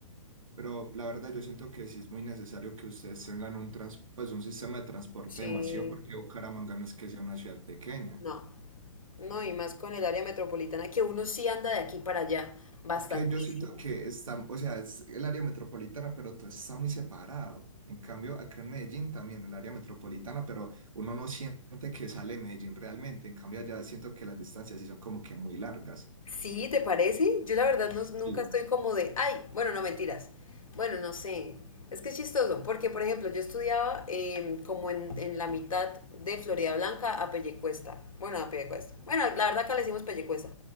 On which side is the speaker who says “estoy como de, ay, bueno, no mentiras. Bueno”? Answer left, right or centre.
Left